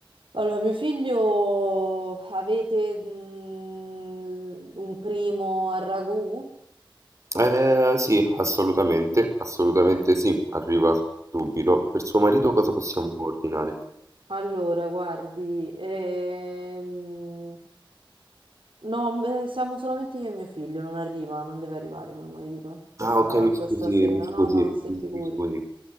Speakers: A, on the right (about 65°); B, on the right (about 35°).
A: Allora, mio figlio, avete mm, un primo al ragù?
B: Eh, sì, assolutamente, assolutamente sì, arriva subito. Per suo marito cosa possiamo ordinare?
A: Allora, guardi, ehm, no, m- eh, siamo solamente io e mio figlio, non arriva, non deve arrivare mio marito questa,
B: Ah, ok, mi scusi,
A: questa sera.
B: mi scusi,
A: No, no, si
B: mi
A: figuri,
B: mi scusi,